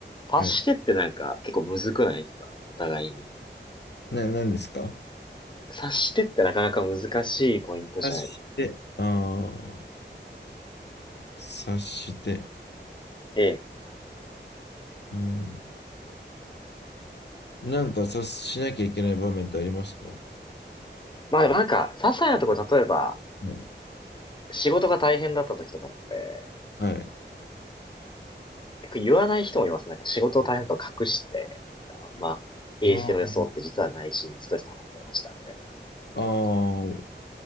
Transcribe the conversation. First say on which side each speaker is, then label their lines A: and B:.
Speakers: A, on the left; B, on the left.
A: 察してってなんか結構むずくないですかお互いに。
B: はい。な、何ですか
A: 察してってなかなか難しいポイントじゃないですか。
B: 察して、ああ、察して、
A: ええ。
B: うん。なんか察しなきゃいけない場面ってありますかは
A: まあでもなんか、些細なところ、例えば、
B: い。
A: 仕事が大変だった時とかって、
B: はい。
A: なんか、結構言わない人もいます。なんか仕事を大変だと隠して、なんかあんま、平静を装って実は内心にストレス溜まってました、
B: あ
A: みたいな。
B: あ、ああ、